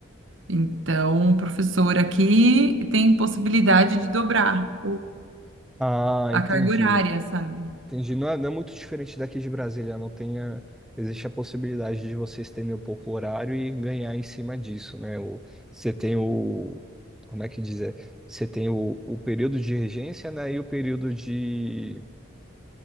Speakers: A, on the right; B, in the centre.
A: Então, o professor aqui tem possibilidade de dobrar
B: Ah,
A: a
B: entendi.
A: carga horária, sabe?
B: Entendi. Não é, não é muito diferente daqui de Brasília, não tem a- existe a possibilidade de você estender um pouco o horário e ganhar em cima disso, né? O, você tem o, como é que dizer Você tem o, o período de regência, né? E o período de